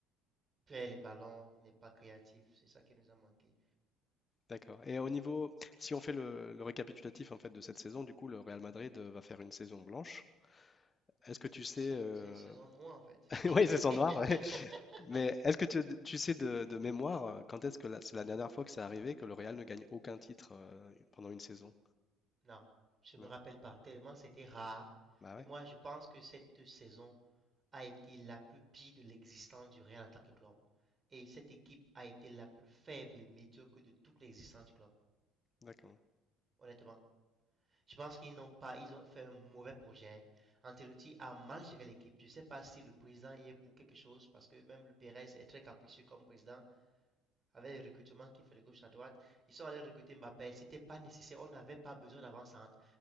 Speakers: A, on the right; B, on the left.
A: Perd les ballons. Il n'est pas créatif. C'est ça qui nous a manqué.
B: d'accord. Et au niveau, si on fait le, le récapitulatif en fait de cette saison, du coup le Real Madrid euh, va faire une saison blanche. Est-ce que tu
A: C'est
B: sais,
A: une saison,
B: euh,
A: c'est une saison noire en fait.
B: <laughs>
A: <laughs>
B: oui, saison noir <laughs> Mais est-ce que tu, tu sais de, de mémoire euh, quand est-ce que la- c'est la dernière fois que c'est arrivé que le Real ne gagne aucun titre euh, pendant une saison?
A: Non, je me
B: Non?
A: rappelle pas, tellement c'était rare.
B: Bah ouais,
A: Et moi, je pense que cette saison, a été la plus pire de l'existence du Real en tant que club. Et cette équipe a été la plus faible et médiocre de toute l'existence du club.
B: d'accord,
A: Honnêtement, je pense qu'ils n'ont pas, ils ont fait un mauvais projet. Ancelotti a mal géré l'équipe. Je ne sais pas si le président y est pour quelque chose, parce que même le Pérez est très capricieux comme président, avec les recrutements qu'il fait de gauche à droite. Ils sont allés recruter Mbappé, c'était pas nécessaire, on n'avait pas besoin d'avant-centre